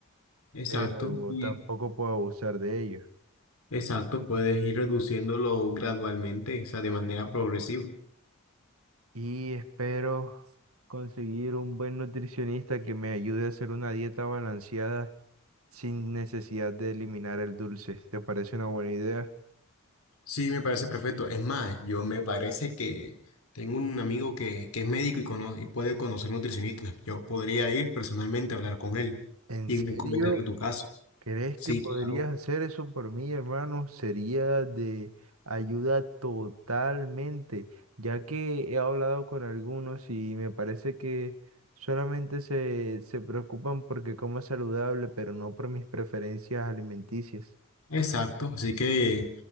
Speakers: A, on the left; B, on the right.
A: exacto.
B: pero
A: y
B: tampoco puedo abusar de ello.
A: Exacto, puedes ir reduciéndolo gradualmente, o sea, de manera progresiva.
B: y espero conseguir un buen nutricionista que me ayude a hacer una dieta balanceada sin necesidad de eliminar el dulce. ¿Te parece una buena idea?
A: Sí, me parece perfecto. Es más, yo me parece que tengo un amigo que, que es médico y, cono- y puede conocer nutricionistas. Yo podría ir personalmente a hablar con él
B: ¿En
A: y
B: serio?
A: comentarle tu caso.
B: ¿Crees
A: Sí,
B: que podrías
A: claro.
B: hacer eso por mí, hermano? Sería de ayuda totalmente, ya que he hablado con algunos y me parece que solamente se, se preocupan porque como saludable, pero no por mis preferencias alimenticias.
A: Exacto, así que